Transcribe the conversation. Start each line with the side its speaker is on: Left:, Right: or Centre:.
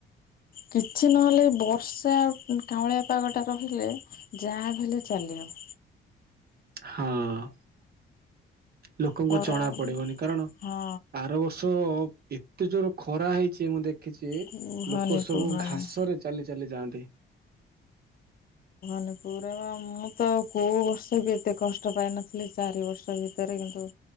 Left: କିଛି ନହେଲେ ବର୍ଷା ଆଉ କାଉଁଳିଆ ପାଗଟା ରହିଲେ ଯାହା ହେଲେ ଚାଲିହବ।
Right: ହଁ। ଲୋକଙ୍କୁ
Left: ଖରା
Right: ଜଣାପଡ଼ିବନି କାରଣ
Left: ହଁ
Right: ଆର ବର୍ଷ ଏ ଏତେ ଜୋର ଖରା ହେଇଛି ମୁଁ ଦେଖିଛି
Left: କୁହନି
Right: ଲୋକ ସବୁ
Left: କୁହନି।
Right: ଘାସରେ ଚାଲି ଚାଲି ଯାଆନ୍ତି।
Left: ନିପୁରରେ ବା ମୁଁ ତ କୋଉ ବର୍ଷ ବି ଏତେ କଷ୍ଟ ପାଇନଥିଲି ଚାରି ବର୍ଷ ବି ଭତରେ କିନ୍ତୁ